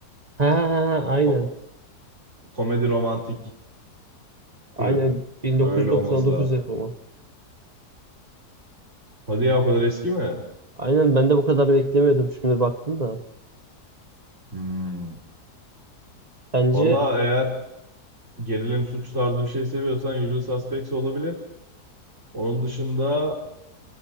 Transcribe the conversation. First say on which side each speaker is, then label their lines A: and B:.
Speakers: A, on the right; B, on the right.
A: Ha ha ha ha. aynen.
B: Ko- Komedi romantik türü.
A: Aynen 1999
B: Öyle olması lazım.
A: yapımı.
B: Hadi ya o kadar eski mi?
A: Aynen ben de bu kadar beklemiyordum şimdi baktım da.
B: Hmm.
A: Bence
B: Valla eğer gerilim suç tarzı bir şey seviyorsan Usual Suspects olabilir. Onun dışında